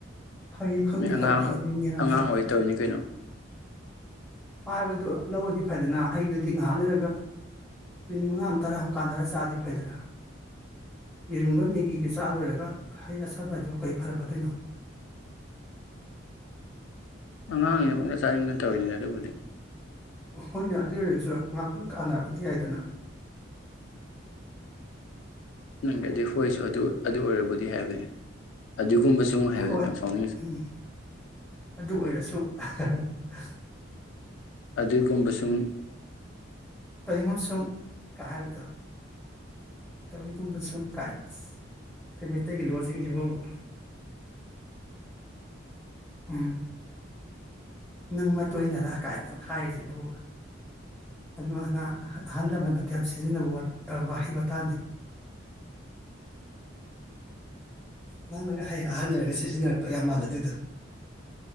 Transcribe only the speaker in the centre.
ꯐꯩ ꯈꯪꯗꯦ
ꯐꯠꯇꯦ ꯈꯪꯗꯦ ꯃꯦꯅ
ꯑꯃ ꯇꯥꯄꯣꯠꯇꯦ
ꯍꯥꯏꯕꯗꯨ ꯂꯧꯔꯗꯤ ꯐꯩꯗꯅ ꯍꯩꯗꯨꯗꯤ ꯉꯥꯏꯍꯥꯛ ꯂꯩꯏꯔꯒ ꯃꯤꯅꯤꯠ ꯃꯉꯥ ꯑꯃ ꯇꯔꯥ ꯑꯃ ꯀꯥꯟꯅꯔ ꯆꯥꯔꯗꯤ ꯐꯩꯗꯅ ꯌꯦꯔꯨꯝꯒ ꯃꯦꯒꯤꯒ ꯆꯥ ꯂꯣꯏꯔꯒ ꯍꯩ ꯆꯥꯁꯟꯕꯗꯨ ꯀꯩ ꯐꯔꯝꯒꯗꯣꯏꯅꯣ
ꯍꯣꯏꯅꯦ ꯑꯗꯨ ꯑꯣꯏꯔꯒꯁꯨ ꯉꯥꯏꯍꯥꯛꯇꯪ ꯀꯥꯟꯅꯕꯗꯤ ꯌꯥꯏꯗꯅ
ꯍꯣꯏ
ꯎꯝ ꯑꯗꯨ ꯑꯣꯏꯔꯁꯨ ꯑꯍꯥ ꯑꯍꯥ ꯍ
ꯇꯧꯏꯉꯣꯁꯨꯝ ꯀꯥ ꯍꯥꯏꯕꯗꯣ ꯇꯧꯋꯤꯒꯨꯝꯕ ꯁꯨꯝ ꯀꯥꯏꯅ ꯑꯁ ꯑꯩꯈꯣꯏ ꯃꯩꯇꯩꯒꯤ ꯂꯣꯟꯁꯤꯡꯁꯤꯐꯥꯥꯥꯕꯨꯕ ꯎꯝ ꯅꯪ ꯃꯇꯣꯏꯅꯔ ꯀꯥꯏꯅ ꯍꯥꯏꯔꯤꯁꯤꯕꯨ ꯍꯅꯨ ꯍꯅꯥ ꯑꯍꯜ ꯂꯃꯟꯟꯅꯗꯤ ꯌꯥꯝ ꯁꯤꯖꯤꯟꯅꯕ ꯋꯥꯠ ꯋꯥꯍꯩ ꯋꯥꯇꯥꯅꯤ ꯅꯪꯅꯒ ꯍꯌꯦꯡ ꯑꯍꯟ ꯑꯣꯏꯔꯒ ꯁꯤꯖꯤꯟꯅꯔꯛꯇꯣꯏ ꯌꯥꯝ ꯃꯥꯜꯂ ꯑꯗꯨꯗꯣ